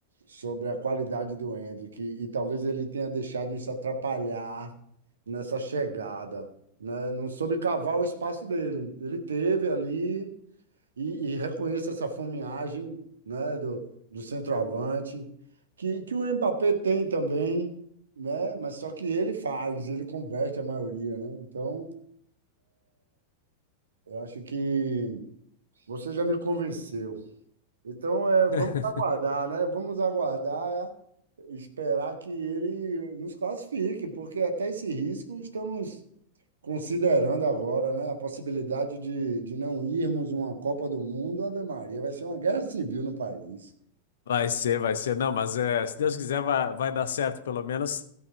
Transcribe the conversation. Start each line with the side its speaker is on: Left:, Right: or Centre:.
Right: sobre a qualidade do Endrick. E, talvez ele tenha deixado isso atrapalhar nessa chegada, né? Não soube cavar o espaço dele. Ele teve ali e, e reconheça essa fomeagem, né, do, do centroavante, que, que o Mbappé tem também, né, mas só que ele faz, ele converte a maioria, né? Então, eu acho que você já me convenceu. Então, é,
Left: <laughs>
Right: vamos aguardar, né? Vamos aguardar, é, esperar que ele nos classifique, porque até esse risco estamos considerando agora, né, a possibilidade de, de não irmos uma Copa do Mundo, Ave Maria, vai ser uma guerra civil no país.
Left: Vai ser, vai ser. Não, mas é, se Deus quiser, vai, vai dar certo, pelo menos.